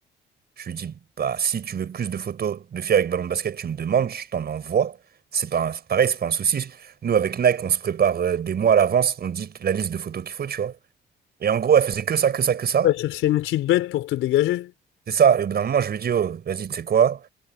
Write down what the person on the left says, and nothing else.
Ouais, chercher une petite bête pour te dégager.